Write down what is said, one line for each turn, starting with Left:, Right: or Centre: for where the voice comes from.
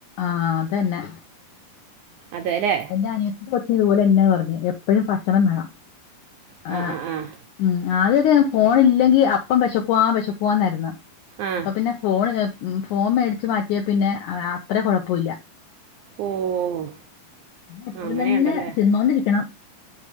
Left: ആഹ അതെന്നെ
Right: അതേലെ
Left: ഇൻ്റെ അനിയത്തിന്റെ കൊച്ച് ഇതേപോലെ ന്ന്യാ പറഞ്ഞ് എപ്പഴും ഭക്ഷണം വേണം
Right: ആഹ്
Left: ഏ
Right: ആഹ് ആഹ്
Left: ഉം ആദ്യൊക്കെയാ ഫോണില്ലെങ്കി അപ്പം വെശക്കുവാ വിശക്കുവാന്നായിരുന്നു
Right: ആഹ്
Left: ഇപ്പം പിന്നെ ഫോൺ ഫോൺ മേടിച്ചു മാറ്റിയേ പിന്നെ അത്ര കൊഴപ്പൊയില്ല
Right: ഓഹ്
Left: എപ്പഴും
Right: അങ്ങനെയുണ്ടല്ലേ
Left: തന്നെ തിന്നോണ്ടിരിക്കണം